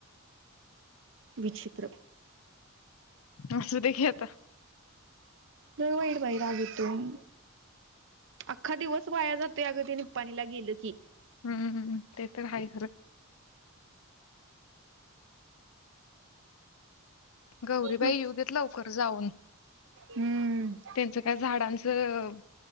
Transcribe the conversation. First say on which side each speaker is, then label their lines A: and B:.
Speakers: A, on the right; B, on the left.
A: विचित्र.
B: असु दे घे आता.
A: नलवाईड वैरगतो <unintelligible> अख्खा दिवस वाया जातोय अगं ते निपपाणीला गेलं की.
B: हम्मम्म ते तर आहेच. गौरीबाई
A: न
B: येऊ देत लवकर जाऊन.
A: हम्म
B: त्यांचं काय झाडांचं,